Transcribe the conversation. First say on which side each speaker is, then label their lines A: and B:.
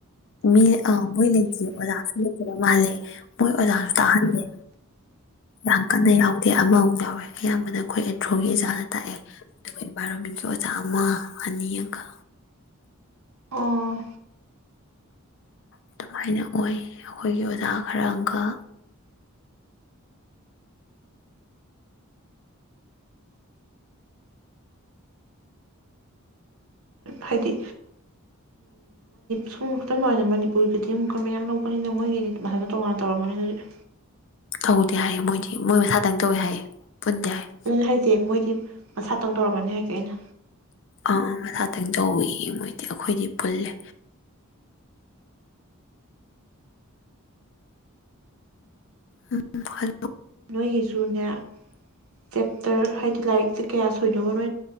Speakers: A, on the left; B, on the right.
A: ꯃꯤ ꯑꯥ ꯃꯣꯏ ꯂꯩꯇꯦ ꯑꯣꯖꯥꯁꯨ ꯂꯩꯠꯇꯕ ꯃꯥꯜꯂꯦ ꯃꯣꯏ ꯑꯣꯖꯥꯁꯨ ꯇꯥꯛꯍꯜꯂꯦ ꯌꯥꯝ ꯀꯟꯅ ꯌꯥꯎꯗꯦ ꯑꯃꯃꯨꯛ ꯌꯥꯎꯋꯦ ꯑꯌꯥꯝꯕꯅ ꯑꯩꯈꯣꯏ ꯑꯦꯟꯊ꯭ꯔꯣꯒꯤ ꯑꯣꯖꯥꯅ ꯇꯥꯛꯑꯦ ꯑꯗꯨꯒ ꯏꯟꯚꯥꯏꯔꯣꯟꯃꯦꯟꯒꯤ ꯑꯣꯖꯥ ꯑꯃ ꯑꯅꯤ ꯑꯒ
B: ꯑꯣ
A: ꯑꯗꯨꯃꯥꯏꯅ ꯑꯣꯏ ꯑꯩꯈꯣꯏꯒꯤ ꯑꯣꯖꯥ ꯈꯔꯒ
B: ꯍꯥꯏꯗꯤ ꯁꯨꯝ ꯈꯨꯗꯝ ꯅ ꯃꯅꯤꯄꯨꯔꯒꯤꯗꯤ ꯑꯃꯨꯛꯀꯔ ꯃꯌꯥꯝ ꯂꯧꯕꯅꯤꯅ ꯃꯣꯏꯒꯤꯗꯤ ꯃꯁꯥꯅ ꯇꯣꯉꯥꯟꯅ ꯇꯧꯔꯝꯃꯅꯤ ꯑꯗꯨꯗꯤ
A: ꯇꯧꯗꯦ ꯍꯥꯏꯌꯦ ꯃꯣꯏꯗꯤ ꯃꯣꯏ ꯃꯁꯥꯗꯪ ꯇꯧꯋꯦ ꯍꯥꯏꯌꯦ ꯄꯨꯟꯗꯦ ꯍꯥꯏꯌꯦ
B: ꯑꯗꯨꯅ ꯍꯥꯏꯁꯦ ꯃꯣꯏꯗꯤ ꯁꯥꯇꯪ ꯇꯧꯔꯝꯃꯅꯤ ꯍꯥꯏ ꯄꯩꯅ
A: ꯑꯥ ꯃꯊꯥꯇꯪ ꯇꯧꯋꯤꯌꯦ ꯃꯣꯏꯗꯤ ꯑꯩꯈꯣꯏꯗꯤ ꯄꯨꯜꯂꯦ ꯎꯝ ꯐ
B: ꯅꯣꯏꯒꯤꯁꯨꯨꯔꯅꯦ ꯆꯦꯞꯇꯔ ꯍꯥꯏ ꯂꯥꯏꯔꯤꯛꯁꯦ ꯀꯌꯥ ꯁꯣꯏꯅꯕꯅꯣ